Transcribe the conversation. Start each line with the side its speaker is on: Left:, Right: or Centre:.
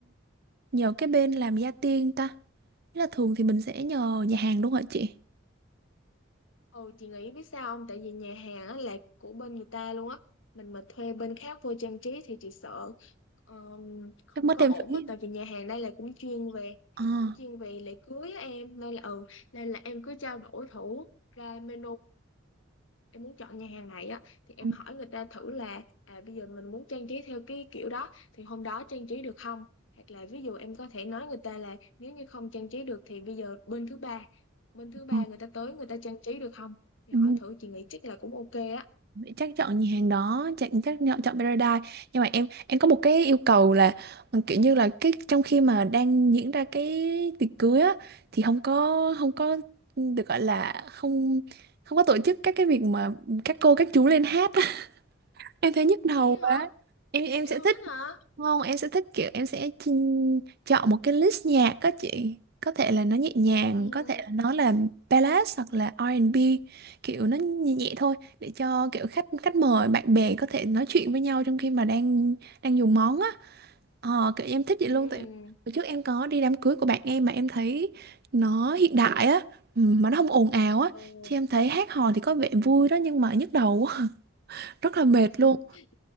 Right: nhờ cái bên làm gia tiên ta? Thế là thường thì mình sẽ nhờ nhà hàng đúng không hả chị?
Left: Ừ chị nghĩ biết sao không? Tại vì nhà hàng á là của bên người ta luôn á. Mình mà thuê bên khác vô trang trí thì chị sợ ờm, không
Right: Chắc mất
Left: có
Right: thêm
Left: ổn
Right: phí.
Left: á. Tại vì nhà hàng đây là cũng chuyên về
Right: À.
Left: cũng chuyên về lễ cưới á em. Nên là ừ, nên là em cứ trao đổi thử ra menu em muốn chọn nhà hàng này á thì em
Right: ừ,
Left: hỏi người ta thử là à, bây giờ mình muốn trang trí theo cái kiểu đó thì hôm đó trang trí được không hoặc là ví dụ em có thể nói người ta là nếu như không trang trí được thì bây giờ bên thứ ba bên thứ ba
Right: ừ.
Left: người ta tới người ta trang trí được không thì
Right: ừ.
Left: hỏi thử chị nghĩ chắc là cũng ok á
Right: chắc chọn nhà hàng đó chắc chắc chọn chọn Paradise nhưng mà em em có một cái yêu cầu là ừ, kiểu như là cái trong khi mà đang diễn ra cái tiệc cưới á thì không có không có được gọi là không không có tổ chức các cái việc mà các cô các chú lên hát em thấy nhức đầu
Left: vậy
Right: quá
Left: hả
Right: em em
Left: em
Right: sẽ
Left: không
Right: thích
Left: thích hả
Right: không em sẽ thích kiểu em sẽ chin- chọn một cái list nhạc các chị có thể là nó nhẹ nhàng
Left: ừ
Right: có thể là nó là ballad hoặc là R&B kiểu nó nhẹ nhẹ thôi để cho kiểu khách khách mời bạn bè có thể nói chuyện với nhau trong khi mà đang đang dùng món á ờ kiểu em thích vậy luôn
Left: ừ
Right: tại hồi trước em có đi đám cưới của bạn em mà em thấy nó hiện đại á ừ, mà nó không ồn ào á
Left: ừ,
Right: chứ em thấy hát hò thì có vẻ vui đó nhưng mà nhức đầu á <laughs> rất là mệt
Left: <laughs>
Right: luôn